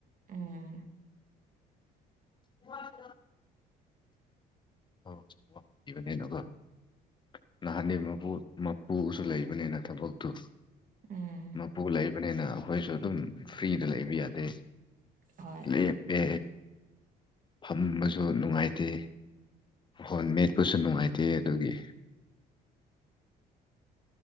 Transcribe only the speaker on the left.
<inaudible> <inaudible> ꯅꯍꯥꯟꯗꯤ ꯃꯄꯨ ꯃꯄꯨꯁꯨ ꯂꯩꯕꯅꯤꯅ ꯊꯕꯛꯇꯨ
ꯃꯄꯨ ꯂꯩꯕꯅꯤꯅ ꯑꯩꯈꯣꯏꯁꯨ ꯑꯗꯨꯝ ꯐ꯭ꯔꯤꯗ ꯂꯩꯕ ꯌꯥꯗꯦ
ꯂꯦꯞꯄꯦ ꯐꯝꯕꯁꯨ ꯅꯨꯡꯉꯥꯏꯇꯦ ꯐꯣꯟ ꯃꯦꯠꯄꯁꯨ ꯅꯨꯡꯉꯥꯏꯇꯦ ꯑꯗꯨꯒꯤ